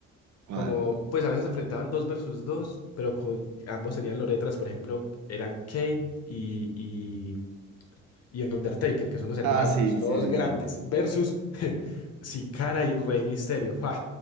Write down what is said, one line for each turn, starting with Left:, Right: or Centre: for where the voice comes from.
Right: ¿Cuál?
Left: Como, pues a veces se enfrentaban dos versus dos, pero con ambos tenían loretras, por ejemplo, eran Kane y, y, y Undertaker, que son los hermanos,
Right: Ah, sí, sí,
Left: todos
Right: sí,
Left: grandes,
Right: sí.
Left: versus <laughs> Sin Cara y Rey Misterio. ¡Fa!